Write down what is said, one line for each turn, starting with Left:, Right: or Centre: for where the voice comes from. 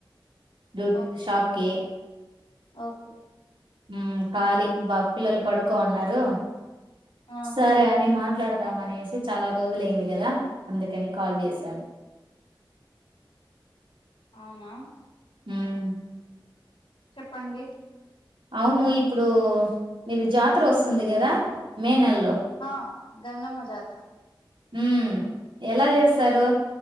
Right: డ్యు
Left: ఓకే
Right: షాప్
Left: అండి
Right: కి
Left: ఓకే
Right: ఉమ్ ఖాళీ బా పిల్లలు పడుకో ఉన్నారు
Left: ఆ
Right: సరే అని మా మాట్లాడదాం అనేసి చాలా రోజులయింది కదా అందుకని కాల్ చేశాను.
Left: అవునా
Right: ఉమ్
Left: చెప్పండి
Right: అవును ఇప్పుడు మీది జాతర వస్తుంది కదా మే నెల్లో
Left: హా గంగమ్మ జాతర
Right: హు ఎలా చేస్తారు